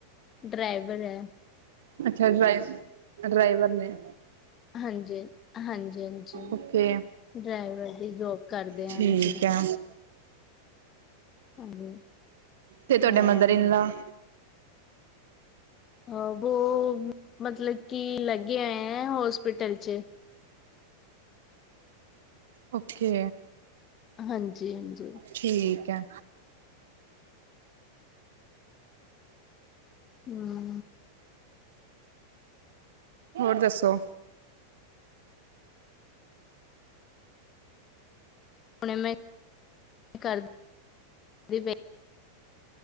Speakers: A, on the left; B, on the right.
A: ਡਰਾਈਵਰ ਐ।
B: ਅੱਛਾ ਡਰਾਏ ਡਰਾਈਵਰ ਨੇ।
A: ਹਾਂਜੀ, ਹਾਂਜੀ-ਹਾਂਜੀ
B: ਓਕੇ
A: ਡਰਾਈਵਰ ਦੀ ਜੋਬ ਕਰਦੇ
B: ਠੀਕ
A: ਅਨ ਜੀ।
B: ਹੈ
A: ਹਾਂਜੀ
B: 'ਤੇ ਤੁਹਾਡੇ
A: ਹਾਂ
B: ਮਦਰ ਇਨ ਲਾ?
A: ਹਾਂ ਬੋ ਮਤਲਬ ਕਿ ਲੱਗੇ ਹੋਏ ਆ ਨਾ ਹੋਸਪਿਟਲ 'ਚ।
B: ਓਕੇ,
A: ਹਾਂਜੀ ਹਾਂਜੀ
B: ਠੀਕ ਐ।
A: ਹੂੰ।
B: ਹੋਰ ਦੱਸੋ?
A: ਹੁਣੇ ਮੈਂ, ਕਰ, ਦੀ ਵੇ